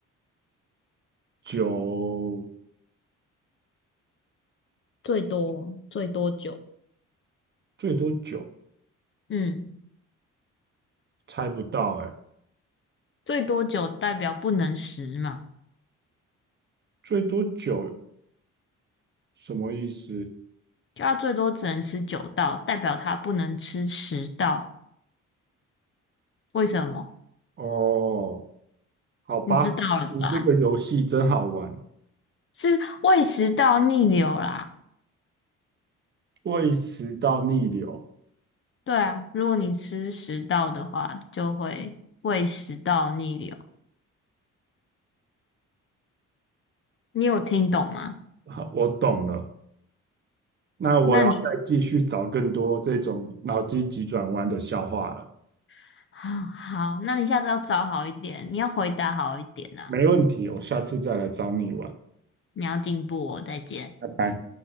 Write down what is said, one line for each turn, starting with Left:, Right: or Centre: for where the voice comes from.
Right: 九
Left: 最多最多九，
Right: 最多九，
Left: 嗯，
Right: 猜不到哎、
Left: 最多九代表不能十嘛，
Right: 最多九什么意思？
Left: 就他最多只能吃九道，代表他不能吃十道。为什么？
Right: 哦，好吧，
Left: 你知道了吧？
Right: 你这个游戏真好玩，
Left: 是胃食道逆流啦。
Right: 胃食到逆流，
Left: 对啊，如果你吃食道的话，就会胃食道逆流。你有听懂吗？
Right: <laughs> 好我懂了。那我要再继续找更多这种脑筋急转弯的笑话了。
Left: 那你 <sighs> 啊好，那你下次要找好一点，你要回答好一点啊，
Right: 没问题，我下次再来找你玩。
Left: 你要进步哦，再见。
Right: 拜拜。